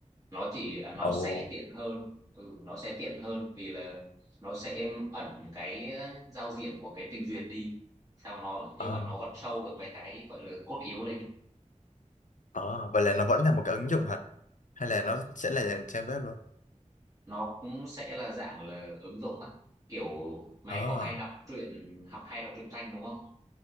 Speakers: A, on the right (about 25°); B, on the left (about 85°).
A: nó chỉ nó
B: Ồ,
A: sẽ tiện hơn ừ nó sẽ tiện hơn vì là nó sẽ ẩn cái giao diện của cái trình duyệt đi sao nó nhưng
B: à,
A: mà nó vẫn show được mấy cái gọi là cốt yếu lên
B: à, vậy là nó vẫn là một cái ứng dụng hả? Hay là nó sẽ là trang web luôn?
A: nó cũng sẽ là dạng là ứng dụng á kiểu mày
B: À,
A: có hay đọc truyện học hay đọc truyện tranh đúng không